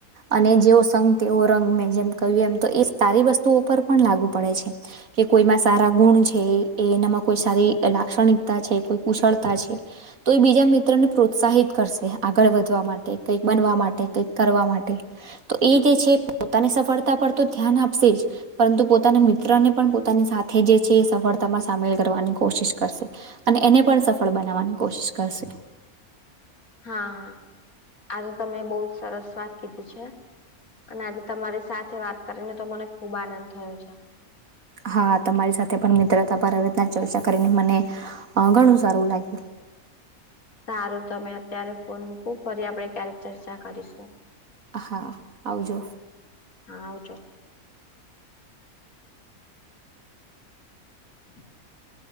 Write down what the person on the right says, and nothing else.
અને જેવો સંગ તેવો રંગ મેં જેમ કહ્યું એમ તો એ સારી વસ્તુ ઉપર પણ લાગુ પડે છે. કે કોઈમાં સારા ગુણ છે એ એનામાં કોઈ સારી લાગ ગણીકતા છે કોઈ કુશળતા છે. તો એ બીજા મિત્રને પ્રોત્સાહિત કરશે આગળ વધવા માટે કંઈક બનવા માટે કઈક કરવા માટે. તો એ જે છે પોતાને સફળતા પર તો ધ્યાન આપસે જ. પરંતુ પોતાના મિત્રને પણ પોતાની સાથે જે છે એ સફળતામાં સામેલ કરવાની કોશિશ કરશે અને એને પણ સફળ બનાવાની કોશિશ કરશે.
હા તમારી સાથે પણ મિત્રતા પર આવી રીતના ચર્ચા કરીને મને ઘણું સારું લાગ્યું.
હા આવજો.